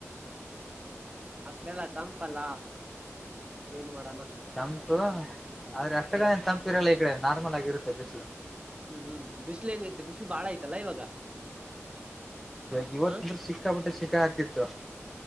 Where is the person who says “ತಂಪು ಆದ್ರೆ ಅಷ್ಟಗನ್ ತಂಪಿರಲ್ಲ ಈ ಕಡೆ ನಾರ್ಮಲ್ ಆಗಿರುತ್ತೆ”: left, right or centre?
Centre